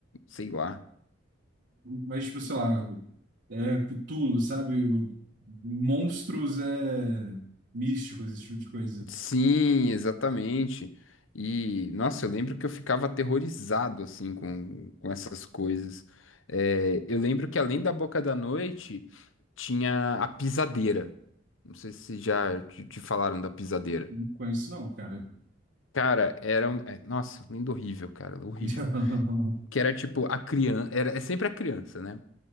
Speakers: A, on the left; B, on the right.
A: sei lá.
B: Mas, tipo, sei lá, é Cthulhu, sabe? Monstros é, místicos, esse tipo de coisa.
A: Sim, exatamente. E, nossa, eu lembro que eu ficava aterrorizado, assim, com, com essas coisas. É, eu lembro que além da Boca da Noite, tinha a Pisadeira. Não sei se já te te falaram da Pisadeira.
B: Não conheço, não, cara.
A: Cara, era
B: <laughs>
A: um. é, Nossa, lindo horrível, cara, horrível.
B: Não.
A: Que era tipo a criança. Era... É sempre a criança, né?